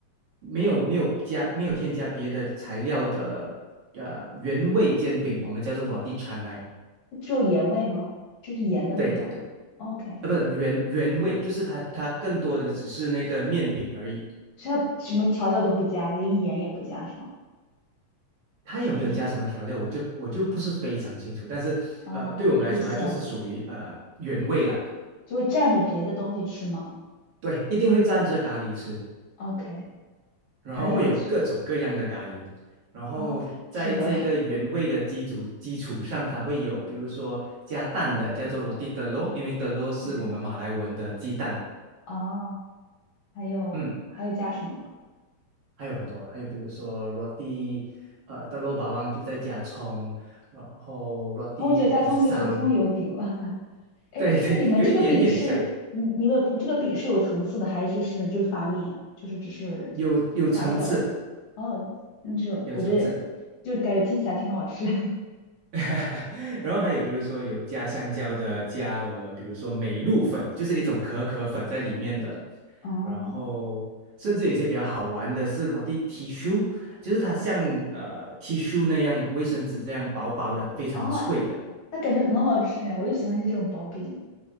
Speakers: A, on the right (about 55°); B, on the left (about 55°).
A: 没有没有加没有添加别的材料的呃原味煎饼，我们叫做 roti c a n a
B: 只有盐味吗？就是盐的味道。
A: 对对对，
B: OK，
A: 啊，不是原原味，就是它它更多的只是那个面饼而已。
B: 所以它什么调料都不加，连盐也不加是吗？
A: 它有没有加什么调料，
B: 就是
A: 我就我就不是非常清楚，但是呃，
B: 啊、
A: 对我们来说，
B: 有咸味儿，
A: 它就是属于呃原味啦。
B: 就会蘸着别的东西吃吗
A: 对，一定会蘸着咖喱吃，
B: ？OK，
A: 然后会有各种各样的咖喱，
B: 还有是
A: 然后在这个原味的基础基础上，
B: 啊，是的
A: 它会有比如说加蛋的，叫做 roti d e l u r 因为 d e l u
B: <laughs>，OK
A: r 是我们马来文的鸡蛋，
B: 啊，还有还有加什么呢？
A: 嗯，还有很多，还有比如说 roti 呃 t e l u bawang 就在加葱，然后 roti
B: 葱就加葱就是葱油饼了。
A: pisang，
B: <laughs> 哎，
A: 对对，
B: 那你们这个饼是你你们这个饼是有层次的，
A: 有一点点像，
B: 还是就是就是发面，就是只是
A: 有有层次的，
B: 发酵的？哦，那这种我觉得就感觉听起来挺好吃。
A: 有层次的。
B: <laughs>
A: <laughs> 然后还有比如说有加香蕉的，加我们比如说美露粉，就是一种可可粉在里面的。
B: 哦
A: 然后甚至有一些比较好玩的是 roti tissue，就是它像呃 tissue 那样卫生纸这样薄薄的，非常脆的。
B: 哦，那感觉很好吃哎，我就喜欢吃这种薄饼。